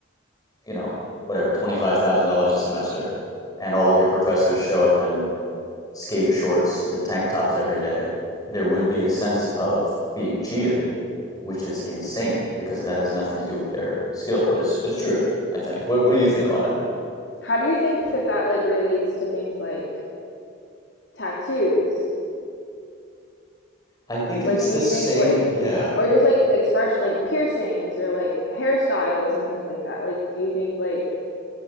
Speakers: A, on the left; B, on the left.
A: you know, whatever, $25,000 a semester and all of your professors show up in skate shorts and tank tops every day, there
B: Mhm.
A: would be a sense of being cheated, which is insane because that has nothing to do with their skill, but it's it's true, I think. What what do you think on it?
B: How do you think that that like relates to things like tattoos?
A: I think
B: Like,
A: it's
B: do
A: the
B: you
A: same.
B: think like,
A: Yeah.
B: or just like expression, like piercings or like hairstyles and things like that? Like, do you think like,